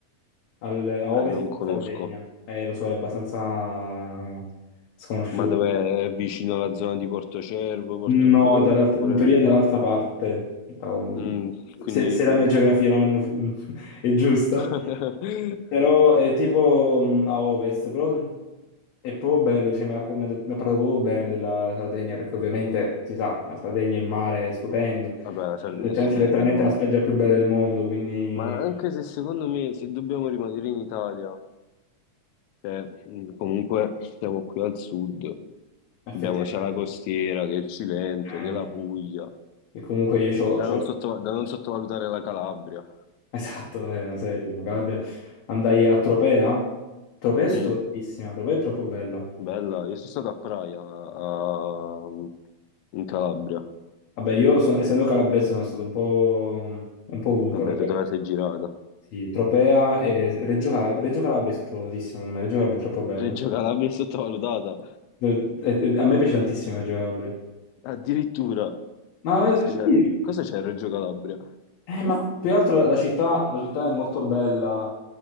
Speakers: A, on the left; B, on the left.
A: al- a ovest
B: Eh, non
A: di
B: conosco.
A: Sardegna, eh, lo so, è abbastanza sconosciuto.
B: Ma dov'è? È vicino alla zona di Porto Cervo, Porto
A: No,
B: Rotondo,
A: è dalla-
B: oppure...
A: in teoria è dall'altra parte. Da- com-
B: Mm, quindi...
A: se, se la mia geografia non fu- <laughs> è giusta,
B: <laughs>
A: però è tipo mh, a ovest, però è proprio bello. Cioè, mi ha racco- mi ha detto- mi ha parlato proprio bene della Sardegna, perché ovviamente si sa, la Sardegna, il mare è stupendo.
B: Vabbè, la
A: C'è
B: Sardegna
A: letter-
B: è stupendo
A: c'è letteralmente
B: il mare.
A: la spiaggia più bella del mondo, quindi
B: Ma anche se secondo me, se dobbiamo rimanere in Italia, cioè, mh, comunque siamo qui al sud,
A: effettivamente.
B: abbiamo sia la costiera che il Cilento,
A: effettivamente.
B: che la Puglia,
A: E comunque io ho,
B: da non, sotto- da non sottovalutare la Calabria.
A: Esatto, è una serie, una Calabria. Andai a Tropea. Tropea è sottovalutatissima,
B: Mm,
A: Tropea è troppo bella.
B: bella, io sono stato a Praia, a- in Calabria.
A: Vabbè, io sono- essendo calabrese sono stato un po', un po' ovunque,
B: Vabbè,
A: però
B: tu te la sei girata.
A: sì, Tropea e Reggio Calabria, Reggio Calabria è sottovalutatissima, secondo me, Reggio Calabria è troppo bella.
B: Reggio Calabria è sottovalutata,
A: E- e- A me piace tantissimo Reggio Calabria.
B: addirittura.
A: Ma,
B: Cosa c'è,
A: sì,
B: cosa c'è a Reggio Calabria?
A: eh, ma più che altro la città, la città è molto bella